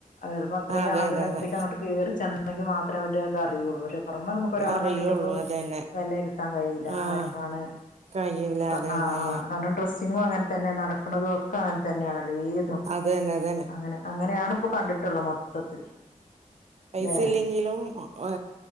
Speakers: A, on the left (about 75°); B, on the right (about 50°).
A: അഅ് ചെൽപ്പത്രയും
B: അതെ
A: അവരടുത്തേക്ക്
B: അതെ അതെ
A: അങ്ങട്ട് കേറി ചെന്നെങ്കിൽ മാത്രേ അവരുടെത് അറിയുള്ളൂ പക്ഷെ പൊറമേ നമുക്ക് ഒരാളെ
B: അറിയുള്ളൂ
A: കണ്ടിട്ടിപ്പോ
B: അതന്നെ
A: വെലയിരുത്താൻ കഴിയില്ല..
B: ആഹ്
A: ആര്ക്കാണ്
B: കഴിയൂല
A: അഹ്
B: അതന്നെ
A: അഹ് ആഹ് കാനം. ഡ്രെസ്സിങ്ങും അങ്ങൻ തന്നെ നടക്കണുന്നതൊക്കെ അങ്ങൻ തന്നേണല്ലോ ഏതും.
B: തെന്നെ തെൻ
A: അങ്ങനെ അങ്ങനെയാണ്പ്പൊ കണ്ടിട്ടുള്ള മൊത്തത്തില്.
B: പൈസ
A: അല്ലെ
B: ഇല്ലെങ്കിലും അ്